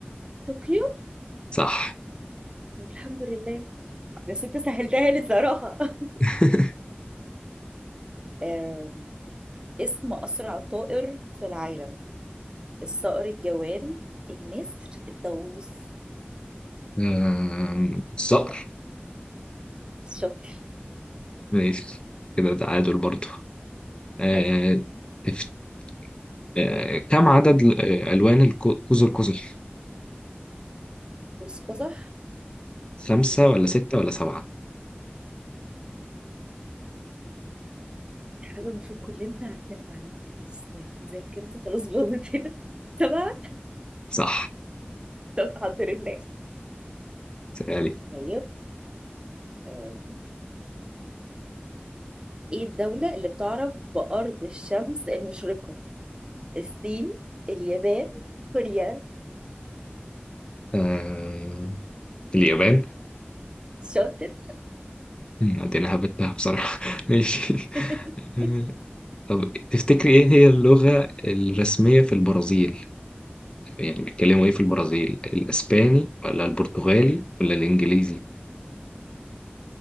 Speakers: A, on the right (about 25°); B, on the left (about 25°).
A: طوكيو
B: صح
A: طب الحمد لله بس انت سهلتها لي صراحة <laughs>
B: <laughs>
A: آم، اسم أسرع طائر في العالم الصقر الجوال النسر الطاووس
B: آم، الصقر
A: شاطر
B: ماشي كده تعادل برضه آه،
A: حلو
B: تف- آه، كم عدد ال- آه، ألوان الكو- قوس القزح؟
A: بص قزح
B: خمسة
A: يعني
B: ولا ستة ولا سبعة؟
A: حاجة المفروض كلنا عارفينها على فكرة بس يعني ذاكرتي خلاص باظت هنا <laughs> سبعة
B: صح
A: طب الحمد لله
B: سألي
A: طيب آم، ايه الدولة اللي بتعرف بأرض الشمس المشرقة الصين اليابان كوريا
B: آه، اليابان
A: شاطر
B: مم، دي أنا هبتها بصراحة <laughs> ماشي
A: <laughs>
B: آه، طب تفتكري إيه هي اللغة الرسمية في البرازيل؟ يعني بيتكلموا ايه في البرازيل الاسباني ولا البرتغالي ولا الانجليزي